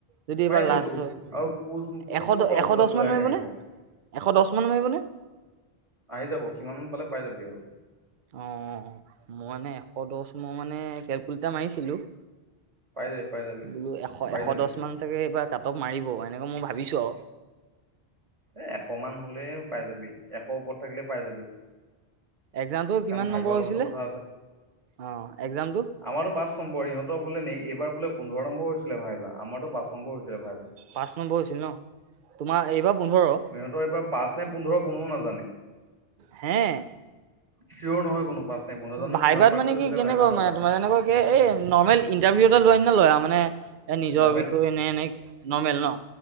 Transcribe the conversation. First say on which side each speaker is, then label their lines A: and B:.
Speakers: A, on the right; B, on the right.
A: যদি এইবাৰ
B: মাৰিবতো
A: লাষ্ট হয়,
B: আৰু পোষ্ট পোষ্ট
A: এশ
B: ক'ৰ
A: দ
B: পৰা
A: এশ দশ
B: ওলাই
A: মান মাৰিবনে
B: থাকিব
A: এশ দশ মান মাৰিবনে?
B: আহি যাব কিমান মান পালে পাই যাবি আৰু।
A: অঁ, মই মানে এশ দশ মই মানে কেলকুলেটাৰ মাৰিছিলো।
B: পাই যাবি পাই যাবি।
A: বোলো এশ
B: পাই
A: এশ
B: যাবি
A: দশ মান চাগে এইবাৰ কাট অফ মাৰিব, এনেকে মই ভাবিছো আৰু।
B: এ এশ মান হলে পাই যাবি এশ ওপৰত থাকিলে পাই যাবি।
A: একজামটো কিমান
B: কাৰণ ভাইভৰ
A: নম্বৰ
B: লগতো
A: হৈছিলে
B: কথা
A: অঁ একজামটো।
B: আমাৰ ত পাঁচ নম্বৰ ইহঁতৰ বোলে এইবাৰ বোলে পোন্ধৰ নম্বৰ হৈছিলে ভাইবা, আমাৰ ত পাঁচ নম্বৰ হৈছিলে ভাইবা।
A: পাঁচ নম্বৰ হৈছিল ন, তোমাৰ এইবাৰ পোন্ধৰ।
B: সিহঁতৰ এইবাৰ পাঁচ নে পোন্ধৰ কোনেও নাজানে।
A: হে
B: চিঞৰ নহয়। কোনো পাঁচ নে পোন্ধৰ জানো
A: ভাইবাত
B: কিমান মাৰ্কটো
A: মানে
B: হৈছিলে
A: কি কেনেকাকুৱা
B: ভাইভা নাজানো
A: মানে তোমাৰ যেনেকুৱা এই নৰ্মেল ইণ্টাৰভিউ এটা লোৱাৰ নিচিনা লই আৰু মানে এ নিজৰ
B: নৰ্মেল
A: বিষয়ে এনেই এনেই নৰ্মেল ন।